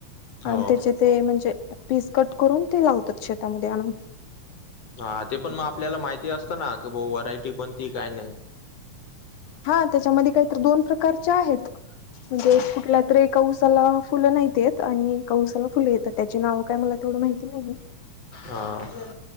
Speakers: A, on the left; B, on the left.
A: आणि
B: हो
A: त्याचे ते म्हणजे पीस कट करून ते लावतात शेतामध्ये आणून
B: हा ते पण मग आपल्याला माहिती असतं ना की भा व्हरायटी कोणती काय नाही
A: हा त्याच्यामध्ये काहीत दोन प्रकारच्या आहेत म्हणजे कुठल्या त एका उसाला फुलं नाहीत येत आणि एका उऊसाला फुलं येतात त्याचे नाव काय मला तेवढ माहिती नाही आहे
B: हां